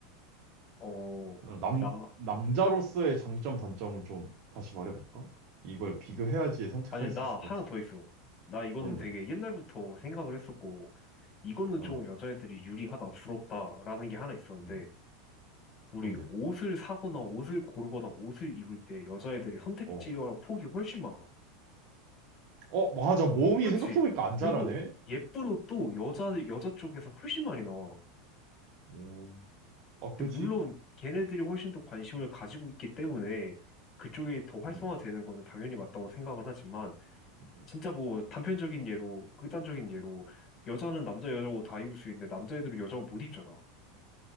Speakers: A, on the left; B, on the right.
A: 어,
B: 어, 남,
A: 나,
B: 남자로서의 장점, 단점을 좀 다시 말해볼까? 이걸 비교해야지 선택할
A: 아니,
B: 수
A: 나
B: 있을 것
A: 하나
B: 같아.
A: 더 있어. 나 이거는
B: 뭔데?
A: 되게 옛날부터 생각을 했었고, 이거는
B: 어,
A: 좀 여자애들이 유리하다, 부럽다라는 게 하나 있었는데,
B: 음,
A: 우리
B: 뭔데?
A: 옷을 사거나 옷을 고르거나 옷을 입을 때 여자애들이 선택지와
B: 어,
A: 폭이 훨씬 많아.
B: 어, 맞아. 몸이
A: 그치?
B: 생각해보니까 안 자라네?
A: 그리고 예쁜 옷도 여자, 여자 쪽에서 훨씬 많이 나와.
B: 오, 아,
A: 근데
B: 그지?
A: 물론 걔네들이 훨씬 더 관심을 가지고 있기 때문에 그쪽이 더 활성화되는
B: 어,
A: 거는 당연히 맞다고 생각을 하지만
B: 음.
A: 진짜 뭐 단편적인 예로 극단적인 예로 여자는 남자 여자고 다 입을 수 있는데 남자애들은 여자고 못 입잖아.